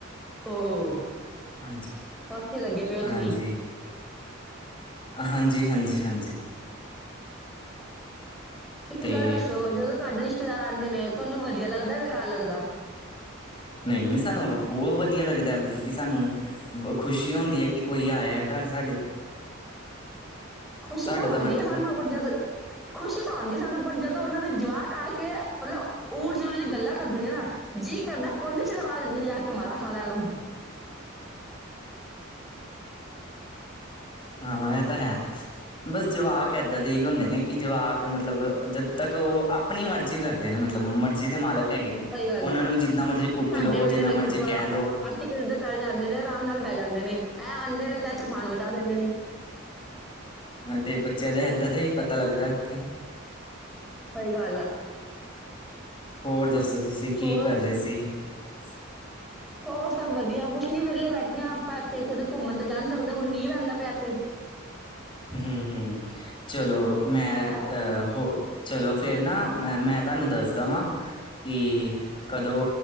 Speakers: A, in the centre; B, on the left.
A: ਔ
B: ਹਾਂਜੀ-ਹਾਂਜੀ,
A: ਉੱਥੇ ਲੱਗੇ ਪਏ ਔ
B: ਹਾਂਜੀ-ਹਾਂਜੀ,
A: ਤੁਹੀ।
B: ਹਾਂਜੀ, ਹਾਂਜੀ- ਹਾਂਜੀ।
A: ਇੱਕ
B: ਤੇ
A: ਗੱਲ ਦੱਸੋ ਜਦੋਂ ਤੁਹਾਡੇ- ਰਿਸ਼ਤੇਦਾਰ ਆਉਂਦੇ ਨੇ ਤੁਹਾਨੂੰ ਵਧੀਆ ਲੱਗਦਾ ਬੇਕਾਰ ਲੱਗਦਾ?
B: ਨਹੀਂ ਸਾਨੂੰ ਬਹੁਤ ਵਧੀਆ ਲੱਗਦਾ, ਮਤਲਬ ਕੀ ਸਾਨੂੰ ਖੁਸ਼ੀ ਹੁੰਦੀ ਹੈ, ਕੀ ਕੋਈ ਆਇਆ ਘਰ ਸਾਡੇ।
A: ਖੁਸ਼ੀ
B: ਸਾਡਾ
A: ਤਾਂ ਹੁੰਦੀ
B: ਵਰਤ
A: ਹੈ ਸਾਨੂੰ ਪਰ ਜਦ ਖੁਸ਼ੀ ਤਾਂ ਹੁੰਦੀ ਹੈ ਸਾਨੂੰ ਪਰ ਜਦੋਂ ਉਹਨਾਂ ਦੇ ਜਵਾਕ ਕਰਕੇ ਮਤਲਬ ਊਰ ਜਿਵੇਂਦੀ ਦੀਆਂ ਗੱਲਾਂ ਕਰਦੇ ਨੇ ਨਾ, ਜੀ ਕਰਦਾ ਕੋਨੇ ਚ ਲਗਾ ਲੇਜਾ ਕੇ ਮਾਰਾ ਸਾਰਆ ਨੂੰ।
B: ਹਾਂ ਇਹ ਤਾਂ ਹੈ। ਬਸ ਜਵਾਕ ਏਦਾਂ ਦੇ ਹੀ ਹੁੰਦੇ ਨੇ, ਕੀ ਜਵਾਕ ਮਤਲਬ ਜਦ ਤੱਕ ਉਹ ਆਪਣੀ ਮਰਜ਼ੀ ਕਰਦੇ ਨੇ ਮਤਲਬ ਮਰਜ਼ੀ ਦੇ ਮਾਲਕ। ਹੈਗੇ ਨੇ
A: ਸਹੀ ਗੱਲ
B: ਉਹਨਾਂ
A: ਆ,
B: ਨੂੰ ਜਿੰਨਾ ਮਰਜ਼ੀ ਕੁੱਟ
A: ਸਾਡੇ
B: ਲਓ
A: ਵੇਲੇ
B: ਜਿੰਨਾ
A: ਵੇਖੋ
B: ਮਰਜ਼ੀ
A: ਜਵਾਕ
B: ਕਹਿ ਲਓ
A: ਅਸੀਂ ਕਿਸੇ ਦੇ ਘਰ ਜਾਂਦੇ ਨੇ ਆਰਾਮ ਨਾਲ ਬੈ ਜਾਂਦੇ ਨੇ, ਐ ਆਂਦੇ ਨੇ ਤਾਂ ਤੂਫਾਨ ਮ ਤਾ ਦਿੰਦੇ ਨੇ।
B: ਹਾਂ, ਤੇ ਬੱਚਿਆਂ ਦਾ ਏਦਾਂ ਦਾ ਈ ਪਤਾ ਲੱਗਦਾ ਐਥੇ।
A: ਸਈ ਗਾੱਲ ਆ।
B: ਹੋਰ ਦੱਸੋ? ਤੁਸੀਂ, ਕੀ
A: ਹੋਰ
B: ਕਰ ਰੇ ਸੀ? <inaudible>
A: ਹੋਰ ਸਭ ਵਧੀਆ, ਕੁਛ ਨੀ ਵੇਲੇ ਬੈਠੇ ਹਾਂ ਆਪਾਂ ਐਥੇ ਕਿਤੇ ਘੁੰਮਣ ਤਾਂ ਜਾ ਨੀ ਸਕਦੇ ਹੁਣ ਮੀਂ ਪੈਂਦਾ ਪਿਆ ਐਥੇ।
B: ਹੂੰ- ਹੂੰ ਚਲੋ। ਮੈਂ
A: ਅ-
B: ਤਅ ਹੋ- ਚਲੋ ਫੇਰ ਨਾ ਮੈਂ, ਮੈਂ ਤਾਨੂੰ ਦੱਸਦਾ ਵਾਂ ਕਿ ਕਦੋਂ